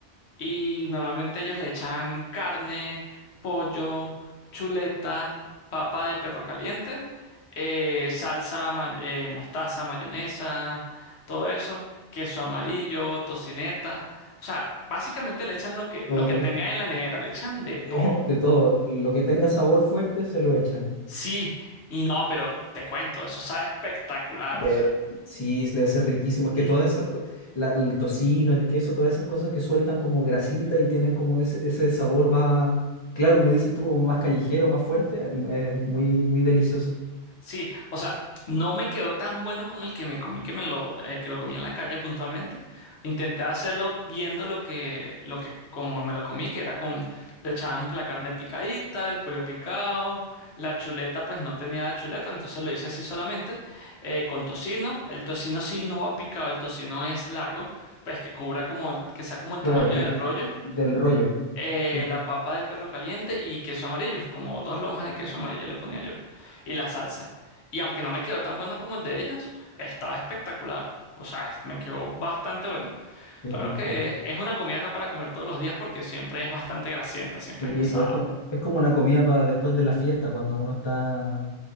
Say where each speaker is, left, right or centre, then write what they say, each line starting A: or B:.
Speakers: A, on the left; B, on the left.
A: Y normalmente ellos le echan carne, pollo, chuleta, papa de perro caliente, eh, salsa, ma- eh, mostaza, mayonesa, todo eso, queso amarillo, tocineta. O sea, básicamente le echan lo que, lo
B: todo,
A: que tengan en la nevera, le echan de
B: <laughs>
A: todo.
B: eh, de todo, lo que tenga sabor fuerte se lo echan.
A: Sí, y no, pero te cuento, eso sabe espectacular,
B: de
A: o sea.
B: sí, debe ser riquísimo. Es
A: Mm,
B: que todas esas, co- la- el tocino, el queso, todas esas cosas que sueltan como grasita y tienen como ese, ese sabor más, claro, como dices tú, como más callejero, más fuerte, mm, es muy, muy delicioso.
A: Sí, o sea, no me quedó tan bueno como el que me comí, que me lo, eh, que lo comí en la calle puntualmente. Intenté hacerlo viendo lo que, lo que, como me lo comí, que era con, le echaban la carne picadita, el pollo picado, la chuleta, pues no tenía chuleta, entonces lo hice así solamente, eh, con tocino. El tocino sí no va picado, el tocino es largo, pues que cubra como el, que sea como el
B: Claro,
A: tamaño
B: que
A: del rollo
B: del rollo.
A: eh,
B: Sí,
A: la papa de perro caliente y queso amarillo, como dos lonjas de queso amarillo le ponía yo, y la salsa. Y aunque no me quedó tan bueno como el de ellas, estaba espectacular. O sea, es- me quedó bastante bueno.
B: qué
A: Claro
B: rico.
A: que es una comida no para comer todos los días porque siempre es bastante grasienta, siempre
B: Sí,
A: es pesada.
B: pues es, co- es como una comida para después de la fiesta, cuando uno está